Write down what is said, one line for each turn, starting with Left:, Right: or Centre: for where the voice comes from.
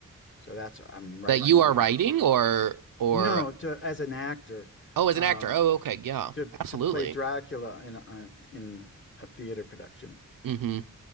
Left: so that's I'm right
Right: That
Left: in
Right: you
Left: the middle
Right: are writing
Left: of all that.
Right: or or
Left: No, to as an actor,
Right: oh, as
Left: um,
Right: an actor. Oh, okay, yeah,
Left: to
Right: absolutely.
Left: to play Dracula in a, in a theater production.
Right: hmm